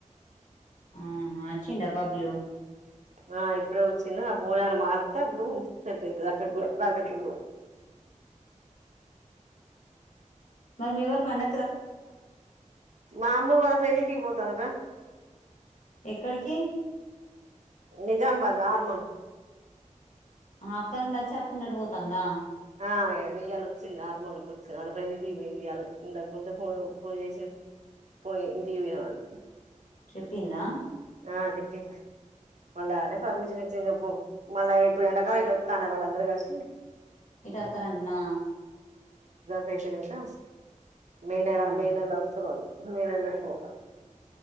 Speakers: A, on the left; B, on the right.
A: ఆ వచ్చిం బాబులు
B: ఆ ఇప్పుడే వచ్చింది ఆ పోనాలు మారితే అప్పుడు సెట్ అవుతుది అక్కడ కూడా రాకక్కడ కూడా
A: మరి మీ వ పన్న
B: మామూలు వా ఇంటికి పోతవ్ కదా
A: ఎక్కడికి
B: నిజామాబాద్ హార్మోన్
A: ఆ అక్కడి నుండి వచ్చి అటునుండి అటు పోతాందా
B: ఆ ఇయాల వచ్చింది హార్మోన్కి వచ్చింది వాళ్ళ ఫ్రెండింటికి పోయింది ఇయాల ఇంతక ముంద పో ఫోన్ చేసి పోయి ఇంటి పోయిన వాళ్ళు
A: చెప్పిందా
B: ఆ చెప్పింది మళ్ళ ఆడే పర్మిషన్ ఇచ్చింగ పో మళ్ళ ఇప్పుడు ఎండకాలం ఇటు వత్తాన్నారు వాళ్ళు అందరూ కలిసి
A: ఇటొత్తరంట్నా
B: ఫ్రెష్ అయినంక మే నెల
A: ఆహా
B: మే నెలలో వస్తరు వాళ్ళు మే నెలలో వత్తదంట